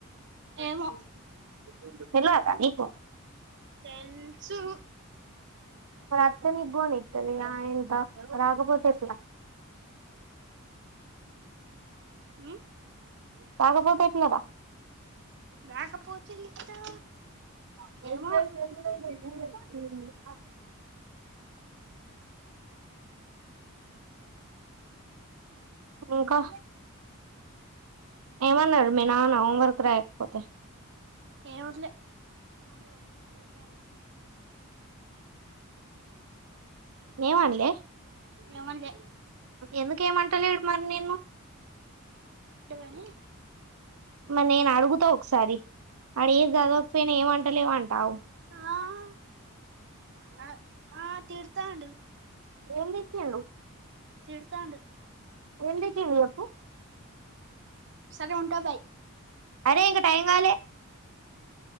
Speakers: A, on the right (about 85°); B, on the right (about 55°).
A: <unintelligible>
B: ఏమో
A: నీకు
B: తెల్సు
A: మారాత్తే నిక్ కొనిత్త ఆయింకా రాగపోతేట్లా
B: మ్మ్
A: తాకపోతేట్లేదా
B: రాకపోతే ఎట్టా
A: ఎట్లరా
B: ఏమో
A: ఇంకా. ఏమన్నాడు మీ నాన్న హోమ్ వర్క్ రాయ్. పోతే.
B: ఏమనలే
A: ఏం అన్లే.
B: ఏమనలే
A: ఎందుకెం అంట లేడు మరి నీన్ను.
B: ఈ.
A: మరి నేన్ అడుగుతా ఒకసారి అడిగే జడవక పోయిన ఏం అంటలేవంటావు.
B: ఆ ఆ తీడతాండు.
A: ఏం దిటిండు.?
B: తీడతాండు.
A: ఏం దిటిండు జెప్పు.?
B: సరే ఉంటా బాయ్.
A: అరే ఇంక టైం గాలె.